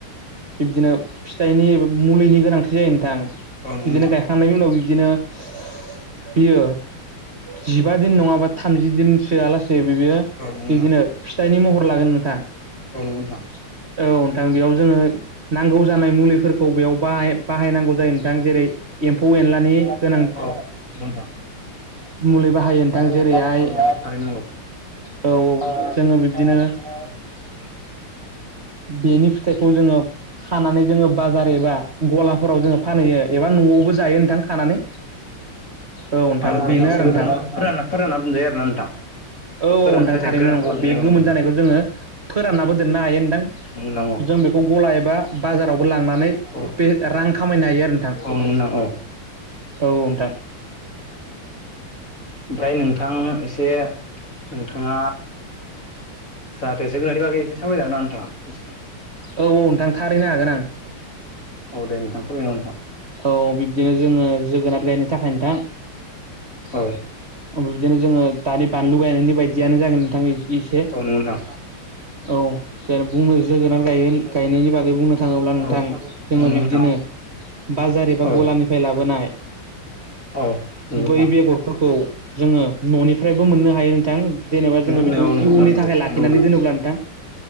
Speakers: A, on the right; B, on the left.
A: बिब्दिनो फिथाइनि मुलिनि गोनांथि जायो नोंथां।
B: नोंथां
A: बिदिनो गायखांनायनि उनाव बिदिनो बियो जिबा दिन नङाबा थामजि दिन सोआलासि जे बिबियो
B: औ नंगौ नोंथां
A: बिदिनो फिथाइनि महर लागोन नोंथां।
B: औ नंगौ नोंथां
A: औ नोंथां बेयाव जोङो नांगौ जानाय मुलिफोरखौ बेयाव बाहाय बाहायनांगौ जायो नोंथां जेरै एम्फौ एनलानि
B: <unintelligible>
A: गोनां
B: अ नंगौ
A: मुलि
B: नोंथां।
A: बाहायो जेरैहाय
B: <unintelligible> नोंगौ थारैनो
A: औ औ
B: नोंगौ।
A: जोङो बिब्दिनो
B: अ <unintelligible>
A: बेनि फिथाइखौ जोङो खानानै जोङो बाजार एबा गलाफोराव जोङो फानहैयो एबा न न'आवबो जायो नोंथां खानानै।
B: <unintelligible>
A: औ नोंथां
B: फोरान-फोरान्नाबो
A: बेनो आरो नोंथां
B: दोनजायो आरो ना नोंथां।
A: औ
B: फोरानो
A: औ नोंथां
B: जाहाथे
A: थारैनो
B: गोरान
A: नंगौ
B: खालामना
A: बे
B: दोनजायो उनाव
A: गोमोन जानायखौ जोङो फोराननाबो दोननो हायो नोंथां,
B: नोंथां औ
A: जों बेखौ गला एबा बाजारावबो लांनानै
B: औ नोंथां औ
A: बे रां खामायनो हायो आरो नोंथां।
B: औ नोंथां औ।
A: औ नोंथां।
B: ओमफ्राय नोंथां एसे नोंथाङा जाहाथे जोगोनारनि बागै एसे सावरायलांना नोंथां?
A: औ औ नोंथां थारैनो हागोन ओं।
B: औ दे नोंथां फोरमायगोन नोंथां।
A: औ बिब्दिनो जोङो जोगोनार गायनो थाखाय नोंथां
B: औ
A: ओमबाय बिदिनो जोङो दानि बानलु गायनायनि बायदियानो जागोन नोंथां ए-एसे।
B: औ नंगौ नोंथां।
A: औ जेन बुंनो जोगोनार गायगोन
B: औ
A: गायनायनि बागै बुंनो थाङोब्ला नोंथां
B: औ नंगौ
A: जोङो
B: नोंथां।
A: बिब्दिनो बाजार एबा
B: औ
A: गलानिफाय लाबोनाय
B: औ नंगौ
A: बै
B: नोंथां
A: बेगरफोरखौ जोङो न'निफ्रायबो मोन्नो हायो नोंथां जेनेबा जोङो
B: बुंनाया
A: बेखौ
B: औ नंगौ
A: इयुननि था थिनानै
B: नंगौ
A: दोनोब्ला नोंथां